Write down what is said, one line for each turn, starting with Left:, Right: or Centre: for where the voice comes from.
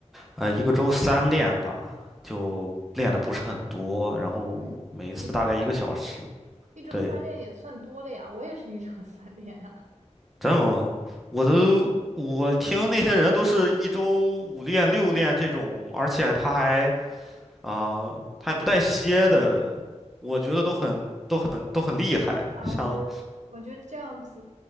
Centre: 呃，一个周三练吧，就练的不是很多，然后每一次大概一个小时。
Right: 嗯，一周三练，一周三练也算多了呀，
Centre: 对。
Right: 我也是一周三练。啊。
Centre: 真的吗？我都我听那些人都是一周五练六练这种，而且他还啊、他也不带歇的，我觉得都很都很都很厉害。
Right: 啊，
Centre: 像
Right: 我觉得，我觉得这样子，